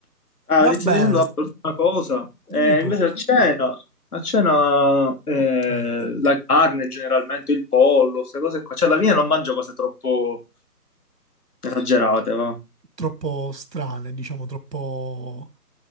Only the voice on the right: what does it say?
Va
bene,
dimmi
tutto.
Ok.
Troppo strane, diciamo, troppo...